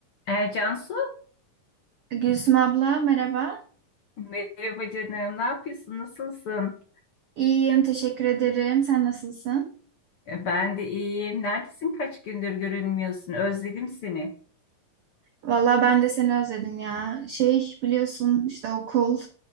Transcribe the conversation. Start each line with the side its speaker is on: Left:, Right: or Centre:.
Left: E, Cansu,
Right: Gülsüm abla merhaba.
Left: merhaba canım. Ne yapıyorsun? Nasılsın?
Right: İyiyim teşekkür ederim. Sen nasılsın?
Left: E, ben de iyiyim. Neredesin? Kaç gündür görünmüyorsun? Özledim seni.
Right: Valla ben de seni özledim ya. Şey biliyorsun işte okul